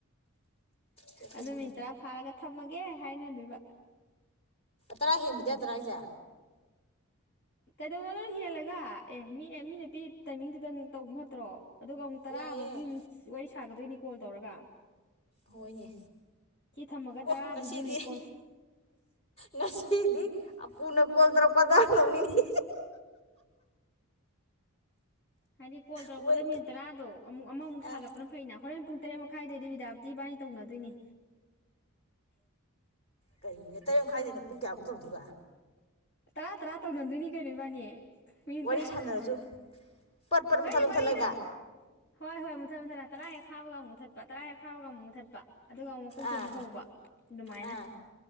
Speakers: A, on the left; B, on the left.
A: ꯇꯣꯛꯄꯅꯤꯍꯦ
B: ꯑꯗꯨ ꯃꯤꯅꯤꯠ ꯇꯔꯥ ꯐꯥꯔꯒ ꯊꯝꯃꯒꯦ ꯍꯥꯏꯅꯗꯣꯏꯕ
A: ꯇꯔꯥ ꯍꯦꯟꯕꯗ ꯌꯗꯔꯥ ꯍꯥꯏꯁꯦ
B: ꯀꯩꯗꯧꯅꯣ ꯅꯪ ꯍꯦꯜꯂꯒ ꯑꯦ ꯃꯤ ꯃꯤꯅ ꯄꯤ ꯇꯥꯏꯃꯤꯡꯗꯨꯗꯪ ꯇꯧꯕ ꯐꯠꯇ꯭ꯔꯣ ꯑꯗꯨꯒ ꯑꯃꯨꯛ ꯇꯔꯥ
A: ꯌꯥꯏꯌꯦ
B: ꯑꯃꯒꯤꯨꯛꯀꯤ ꯑꯃꯨꯛ ꯋꯥꯔꯤ ꯁꯥꯒꯗꯣꯏꯅꯤ ꯀꯣꯜ ꯇꯧꯔꯒ
A: ꯍꯣꯏꯅꯦ
B: ꯁꯤ ꯊꯝꯃꯒ
A: ꯑꯣ
B: ꯇꯔꯥꯗꯨꯒꯤ
A: ꯉꯁꯤꯗꯤ
B: ꯑꯃꯨꯛ ꯀꯣꯜ
A: ꯉꯁꯤꯗꯤꯄꯨꯅ ꯀꯣꯜ ꯇꯔꯛ ꯀꯣꯟꯗ ꯅꯧꯅꯤꯅꯤ
B: ꯍꯥꯏꯗꯤ ꯀꯣꯜ ꯇꯧꯔꯛꯄꯗ
A: ꯃꯣꯏ
B: ꯃꯤꯅꯤꯠ ꯇꯔꯥꯗꯣ ꯑꯃꯨꯛ ꯑꯃꯃꯨꯛ
A: ꯑ
B: ꯁꯥꯒꯠꯄꯅ ꯐꯩꯅ ꯍꯣꯔꯦꯄꯨꯡ ꯇꯔꯦꯠ ꯃꯈꯥꯏꯗꯩꯗꯤ ꯕꯤꯗꯥꯞꯇꯤ ꯏꯕꯥꯅꯤ ꯇꯧꯅꯗꯣꯏꯅꯤ
A: ꯀꯩꯅꯦ ꯇꯔꯦꯠ ꯃꯈꯥꯏꯗꯅꯦ ꯄꯨꯡ ꯀꯌꯥꯄꯨ ꯊꯧꯗꯣꯏꯕ
B: ꯇꯔꯥ ꯇꯔꯥ ꯇꯧꯅꯗꯣꯏꯅꯤ ꯀꯩꯅꯣ ꯏꯕꯥꯅꯦ ꯃꯤꯅꯤꯠ
A: ꯋꯥꯔꯤ
B: ꯇꯔꯥ
A: ꯁꯥꯟꯅꯔꯁꯨ
B: ꯇꯔꯥ
A: ꯄꯠ ꯄꯠ ꯃꯨꯊꯠ
B: ꯍꯗꯤ
A: ꯃꯨꯊꯠꯂꯒ
B: ꯋꯥꯔꯤꯗ ꯍꯣꯏ ꯍꯣꯏ ꯃꯨꯊꯠ ꯃꯨꯊꯠꯂ ꯇꯔꯥ ꯍꯦꯛ ꯐꯥꯕ ꯑꯃꯨꯛꯊꯠꯄ ꯇꯔꯥ ꯍꯦꯛ ꯐꯥꯎꯕꯒ ꯑꯃꯨꯊꯠꯄ ꯑꯗꯨꯒ ꯑꯃꯨꯛ ꯃꯀꯣꯛꯇꯤ
A: ꯑꯥ
B: ꯑꯃꯨꯛ ꯍꯧꯕ ꯑꯗꯨꯃꯥꯏꯅ
A: ꯑꯥ